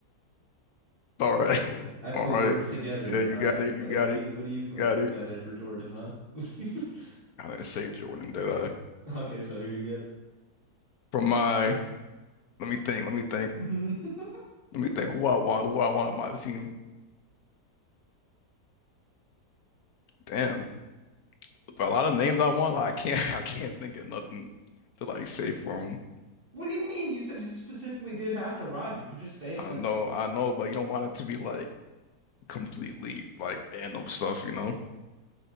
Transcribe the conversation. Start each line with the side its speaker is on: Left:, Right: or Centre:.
Left: All right. <laughs>
Right: I put
Left: All right.
Right: words together.
Left: Yeah, you
Right: All
Left: got
Right: right,
Left: it.
Right: what,
Left: You got
Right: what do
Left: it.
Right: you what do you putting
Left: You got
Right: together
Left: it.
Right: for Jordan, huh? <laughs> What do you- put-
Left: I didn't say Jordan, did I?
Right: <laughs> Okay, so you're good.
Left: From my, let me think. Let me think.
Right: <laughs>
Left: Let me think. Who I want? Who I want on my team? Damn. But a lot of names I want, like, I can't. <laughs> I can't think of nothing to like say for 'em.
Right: What do you mean? You said you specifically didn't have to rhyme. You could just say a
Left: I
Right: sentence.
Left: know, I know, but you don't want it to be like completely like random stuff, you know?